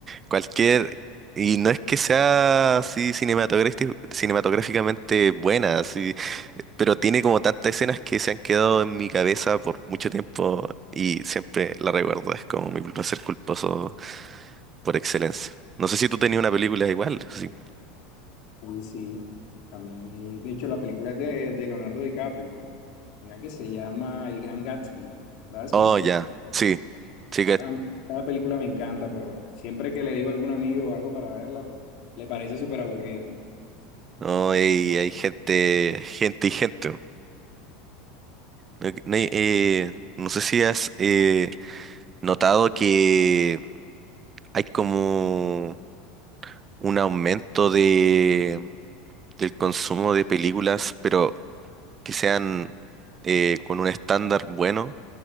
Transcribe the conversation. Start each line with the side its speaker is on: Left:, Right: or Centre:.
Right: Cualquier, y no es que sea así cinematográfic- cinematográficamente buena, así, pero tiene como tantas escenas que se han quedado en mi cabeza por mucho tiempo y siempre la recuerdo, es como mi placer culposo por excelencia. No sé si tú tenías una película igual, así.
Left: Sí, sí. A mí, de hecho, la película es de, de Leonardo DiCaprio, una que se llama El Gran Gatsby. ¿La has
Right: Oh,
Left: visto?
Right: ya, sí, sí
Left: Alguna-
Right: que,
Left: Cada película me encanta, pero siempre que le digo a algún amigo o algo para verla, pues le parece súper aburrida.
Right: no, hay, hay gente, gente y gente. No, no hay-
Left: Claro.
Right: eh, no sé si has eh, notado que hay como un aumento de, del consumo de películas, pero que sean eh, con un estándar bueno,